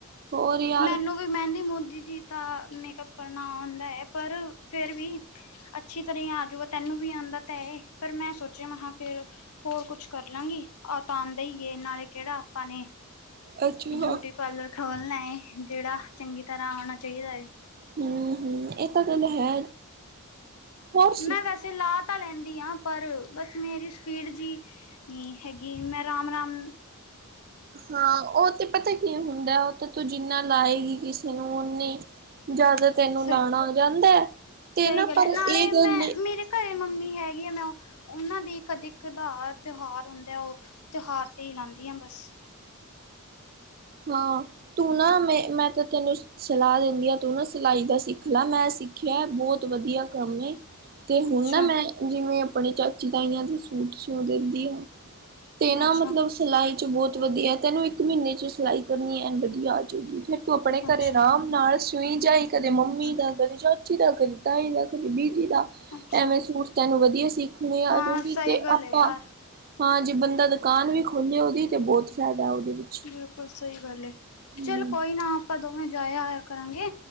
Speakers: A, on the right (about 45°); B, on the left (about 80°).
A: ਹੋਰ ਯਾਰ
B: ਮੈਨੂੰ ਵੀ ਮਹਿੰਦੀ ਮੁੰਦੀ ਜੀ ਦਾ ਮੇਕਅਪ ਕਰਨਾ ਆਉਂਦਾ ਹੈ ਪਰ ਫੇਰ ਵੀ ਅੱਛੀ ਤਰ੍ਹਾਂ ਹੀ ਆਜੂਗਾ ਤੈਨੂੰ ਵੀ ਆਉਂਦਾ ਤਾਂ ਪਰ ਮੈਂ ਸੋਚਿਆ ਫਿਰ ਹੋਰ ਕੁਛ ਕਰ ਲਾਂਗੀ ਤਾਂ ਦੇ ਹੀਏ ਨਾਲੇ ਕਿਹੜਾ ਆਪਾਂ ਨੇ
A: ਅੱਛਾ ਹਮ
B: ਬਿਊਟੀ ਪਾਲਰ ਖੋਲਣਾ ਹੈ ਜਿਹੜਾ ਚੰਗੀ ਤਰ੍ਹਾਂ ਆਉਣਾ ਚਾਹੀਦਾ ਹੈ
A: ਹਮ ਹਮ ਇਹ ਤਾਂ ਗੱਲ ਹੈ ਹੋਰ
B: ਮੈਂ ਵੈਸੇ ਲਾਤ ਤਾਂ ਲੈਂਦੀ ਹਾਂ ਪਰ ਬਸ ਮੇਰੀ ਸਪੀਡ ਜਿਹੀ ਨਹੀਂ ਹੈਗੀ ਮੈਂ ਰਮ ਰਾਮ
A: ਹਾਂ ਉਹ ਤੇ ਪਤਾ ਕੀ ਹੁੰਦਾ ਉਹ ਤਾਂ ਤੂੰ ਜਿੰਨਾ ਲਾਏਗੀ ਕਿਸੇ ਨੂੰ ਓਨੀ ਜ਼ਿਆਦਾ ਤੈਨੂੰ
B: ਸ
A: ਲਾਉਣਾ ਹੋ ਜਾਂਦਾ ਹੈ ਤੇ
B: ਸਹੀ
A: ਨਾ
B: ਗੱਲ
A: ਪਰ
B: ਹੈ ਨਾਲੇ
A: ਇਹ ਗੱਲ
B: ਮੈਂ ਮੇਰੇ ਘਰੇ ਮੰਮੀ ਹੈਗੀ ਆ ਮੈਂ ਉਹਨਾਂ ਦੀ ਕਦੇ ਕਦਾ ਤਿਉਹਾਰ ਤੇ ਉਹ ਤਿਉਹਾਰ ਤੇ ਹੀ ਲਾਂਂਦੀਆਂ ਬਸ
A: ਹਾਂ ਤੂੰ ਨਾ ਮੈਂ ਮੈਂ ਤਾਂ ਤੈਨੂੰ ਸਲਾਹ ਦਿੰਦੀ ਆ ਤੂੰ ਨਾ ਸਿਲਾਈ ਦਾ ਸਿੱਖ ਲੈ ਮੈਂ ਸਿੱਖਿਆ ਬਹੁਤ ਵਧੀਆ ਕੰਮ ਹੈ ਤੇ ਹੁਣ
B: ਅੱਛਾ,
A: ਨਾ ਮੈਂ ਜਿਵੇਂ ਆਪਣੇ ਚਾਚੀ ਤਾਈਆਂ ਦੇ ਸੂਟ ਸਿਉਂ ਦਿੰਦੀ ਹਾਂ ਤੇ ਨਾ
B: ਅੱਛਾ,
A: ਮਤਲਬ ਸਿਲਾਈ ਚ ਬਹੁਤ ਵਧੀਆ ਤੈਨੂੰ ਇੱਕ ਮਹੀਨੇ ਚ ਸਿਲਾਈ ਕਰਨੀ ਐ ਵਧੀਆ ਆਜੂਗੀ ਫਿਰ ਤੂੰ ਆਪਣੇ
B: ਅੱਛਾ,
A: ਘਰੇ ਆਰਾਮ ਨਾਲ ਸੂਈ ਜਾਈ ਕਦੇ ਮੰਮੀ
B: ਅੱਛਾ,
A: ਦਾ ਕਦੇ ਪੱਚੀ ਦਾ ਕਦੀ ਤਾਈ ਦਾ ਕਦੀ ਬੀਜੀ ਦਾ
B: ਅੱਛਾ।
A: ਐਵੇਂ ਸੂਟ ਤੈਨੂੰ ਵਧੀਆ ਸੀ ਣੇ ਆਜੂਗੀ
B: ਹਾਂ ਸਹੀ
A: ਤੇ
B: ਗੱਲ
A: ਆਪਾਂ
B: ਹੈ ਯਾਰ
A: ਹਾਂ ਜੇ ਬੰਦਾ ਦੁਕਾਨ ਵੀ ਖੋਲੇ ਉਹਦੀ ਤੇ ਬਹੁਤ ਫਾਇਦਾ ਉਹਦੇ ਵਿੱਚ
B: ਬਿਲਕੁਲ ਸਹੀ ਗੱਲ
A: ਹੂੰ
B: ਚੱਲ ਕੋਈ ਨਾ ਆਪਾਂ ਦੋਵੇਂ ਜਾਇਆ ਆਇਆ ਕਰਾਂਗੇ